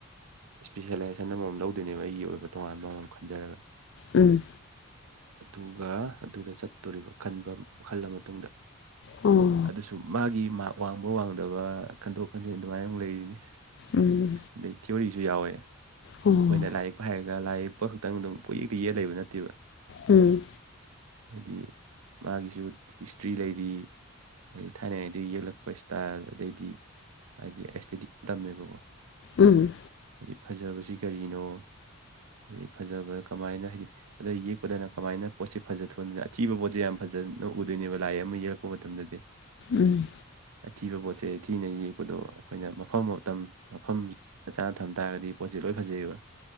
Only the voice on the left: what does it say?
ꯎꯝ
ꯑꯣ
ꯎꯝ
ꯎꯝ
ꯎꯝ
ꯎꯝ
ꯎꯝ